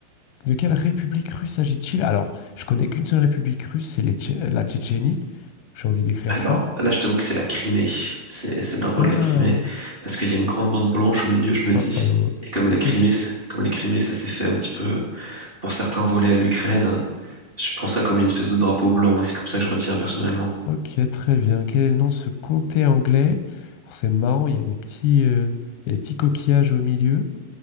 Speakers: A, on the left; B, on the right.
A: De quelle république russe s'agit-il? Alors, je connais qu'une seule république russe, c'est les Tché- la Tchétchénie. J'ai envie d'écrire
B: Alors
A: ça.
B: là, je t'avoue que c'est la Crimée. C'est c'est le drapeau
A: Ah,
B: de la Crimée. Parce qu'il y a une grande bande blanche au milieu, je me dis.
A: oh oh.
B: Et comme la
A: Est-ce
B: Crimée,
A: que je...
B: c'est- comme la Crimée, ça s'est fait un petit peu, pour certains, voler à l'Ukraine, je prends ça comme une espèce de drapeau blanc. Et c'est comme ça que je retiens personnellement.
A: Ok, très bien. Quel est le nom de ce comté anglais? Alors, c'est marrant, il y a des petits, euh, il y a des petits coquillages au milieu,